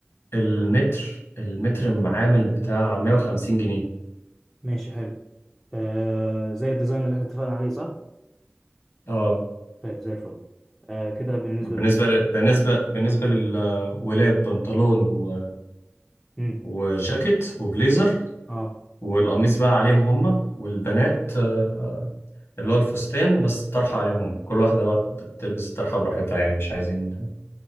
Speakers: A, on the left; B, in the centre.
A: المتر المتر معامل بتاع 150 جنيه
B: ماشي حلو آه زي الديزاين اللي احنا اتفقنا عليه صح
A: اه
B: طيب زي الفل آه كده بالنسبه
A: بالنسبة ل... بالنسبة بالنسبة للولاد بنطلون و...
B: امم
A: وجاكيت وبليزر
B: اه
A: والقميص بقى عليهم هما والبنات آه، اللي هو الفستان بس الطرحة عليهم هما كل واحدة بقى بتلبس الطرحة براحتها يعني مش عايزين